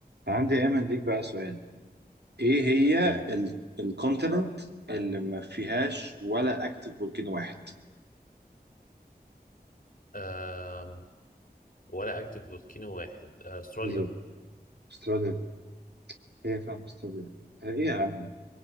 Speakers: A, on the right; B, on the left.
A: عندي يا ايمن ليك بقى سؤال ايه هي
B: قول
A: الكونتيننت اللي ما فيهاش ولا اكتف فولكانو واحد
B: آم، ولا اكتف فولكينو واحد استراليا
A: بالظبط استراليا هي فعلا استراليا ايه يا عم